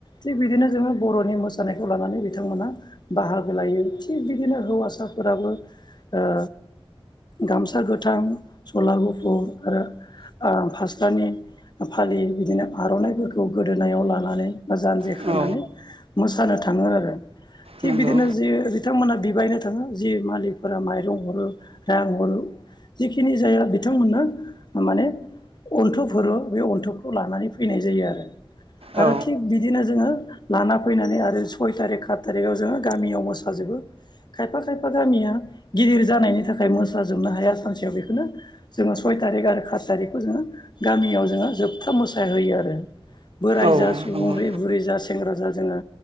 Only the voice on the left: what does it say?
थिग बिदिनो जोङो बर'नि मोसानायखौ लानानै बिथांमोना बाहागो लायो थिग बिदिनो हौवासाफोराबो ओ गामसा गोथां सला गुफुर आरो ओ फास्रानि फालि बिदिनो आर'नाइफोरखौ गोदोनायाव लानानै जान्जि
खानानै मोसानो थाङो आरो थिग
बिदिनो जि बिथांमोनहा बिबायनो थाङो जि मालिखफोरा माइरं हरो रां हरो जिखिनि जाया बिथांमोननो माने अन्थफ हरो बे अन्थखौ लानानै फैनाय जायो आरो
आरो थिग बि बिदिनो जोङो लाना फैनानै आरो सय थारिख सात थारिखाव जोङो गामियाव मोसाजोबो खायफा खायफा गामिया गिदिर जानायनि थाखाय मोसाजोबनो हाया सानसेयाव बेखौनो जोङो सय थारिख आरो खात थारिखखौ जोङो गामियाव जोङो जोबथा मोसाहोयो आरो बोराय
जा सुबुं
बुरै जास सेंग्रा जा जोङो